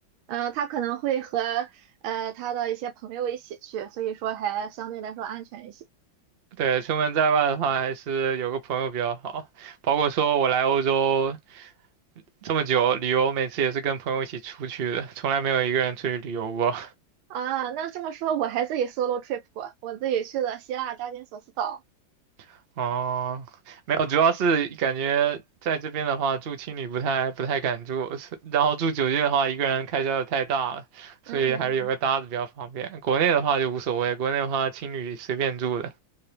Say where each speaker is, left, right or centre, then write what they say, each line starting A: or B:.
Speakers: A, on the right; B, on the right.
A: 嗯、他可能会和呃他的一些朋友一起去，所以说还相对来说安全一些。
B: <laughs> 对，出门在外的话，还是有个朋友比较好。包括说我来欧洲这么久，旅游每次也是跟朋友一起出去的，从来没有一个人出去旅游过。
A: 啊，那这么说，我还自己 solo trip 过，我自己去了希腊扎金索斯岛。
B: <laughs> 哦，没有，主要是感觉在这边的话，住青旅不太不太敢住，是然后住酒店的话，一个人开销又太大了，
A: 嗯嗯，
B: 所以还是有个搭子比较方便。
A: 嗯
B: 国内的话就无所谓，国内的话青旅随便住的。